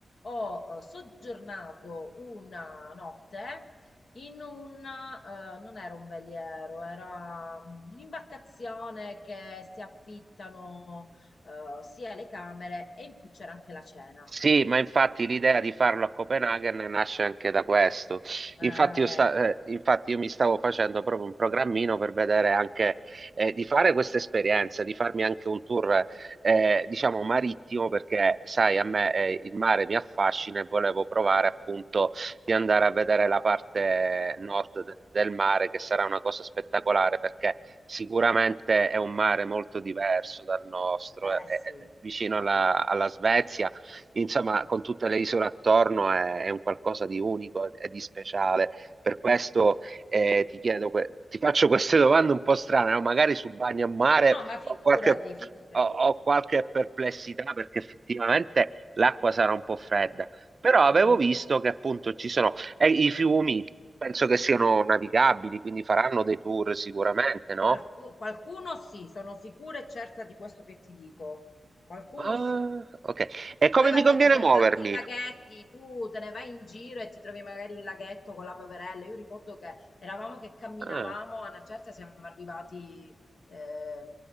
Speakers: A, on the left (about 60°); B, on the right (about 45°).
A: ho eh, soggiornato una notte in un, eh, non era un veliero, era mm, un'imbarcazione che si affittano eh, sia le camere e in più c'era anche la cena.
B: Sì, ma infatti l'idea di farlo a Copenaghen nasce anche da questo. Infatti
A: Ah,
B: io,
A: vedi.
B: sta- eh, infatti io mi stavo facendo proprio un programmino per vedere anche eh, di fare questa esperienza, di farmi anche un tour, eh, diciamo, marittimo, perché sai, a me eh, il mare mi affascina e volevo provare
A: Ah,
B: appunto di andare a vedere la parte nord de- del mare, che sarà una cosa spettacolare, perché sicuramente è un mare molto diverso dal nostro,
A: beh,
B: è, è-
A: sì.
B: è vicino alla alla Svezia insomma, con tutte le isole attorno è, è un qualcosa di unico e di speciale. Per questo eh, ti chiedo, que- ti faccio queste domande un po' strane, no? Magari sul bagno a mare
A: No, ma figurati,
B: ho qualche,
A: figurati.
B: ho- ho qualche perplessità perché effettivamente l'acqua sarà un po' fredda, però avevo
A: Mm.
B: visto che appunto ci sono e i fiumi, penso che siano navigabili, quindi faranno dei tour sicuramente, no?
A: Qualcu- qualcuno sì, sono sicura e certa di questo che ti dico. Qualcuno
B: Ah,
A: sì.
B: ok. E come
A: Poi vabbè,
B: mi conviene
A: ci sono
B: muovermi?
A: tanti laghetti, tu te ne vai in giro e ti trovi magari il laghetto con la poverella. Io ricordo che eravamo che camminavamo,
B: Ah.
A: a una certa siamo arrivati eh,